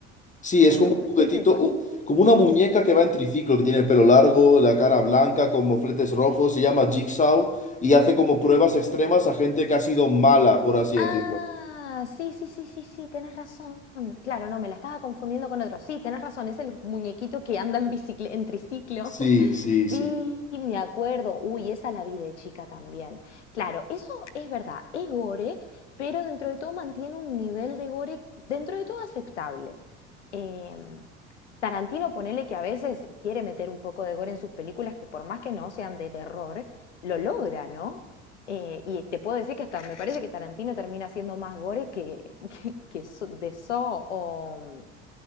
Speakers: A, on the left; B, on the left.
A: Sí, es
B: o
A: como
B: no, o me
A: un
B: estoy
A: juguetito,
B: equivocando.
A: u- como una muñeca que va en triciclo, que tiene el pelo largo, la cara blanca, con mofletes rojos, se llama Jigsaw y hace como pruebas extremas a gente que ha sido mala, por así decirlo.
B: Ah, sí, sí, sí, sí, sí, tienes razón. Claro, no, me la estaba confundiendo con otro. Sí, tienes razón, es el muñequito que anda en bicicle- en triciclo.
A: Sí,
B: <laughs>
A: sí, sí.
B: Sí, me acuerdo. Uy, esa la vi de chica también. Claro, eso es verdad, es gore, pero dentro de todo mantiene un nivel de gore dentro de todo aceptable. Em, Tarantino, ponele que a veces quiere meter un poco de gore en sus películas, que por más que no sean de terror, lo logra, ¿no? Eh, y te puedo decir que hasta me parece que Tarantino termina siendo más gore que, <laughs> que, que so- de So o...